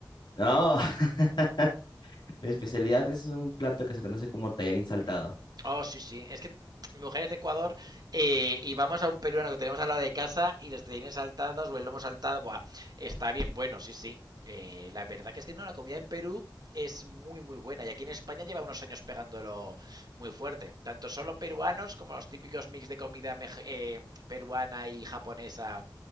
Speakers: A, on the left (about 65°); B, on the right (about 55°).
A: No, <laughs> mi especialidad es un plato que se conoce como tallarín saltado.
B: Oh, sí, sí. Es que mi mujer es de Ecuador eh, y vamos a un peruano que tenemos al lado de casa y los tenines saltados o el lomo saltado. Buah, está bien bueno, sí, sí. Eh, la verdad que es que no, la comida en Perú es muy, muy buena. Y aquí en España lleva unos años pegándolo muy fuerte. Tanto solo peruanos como los típicos mix de comida mej- eh, peruana y japonesa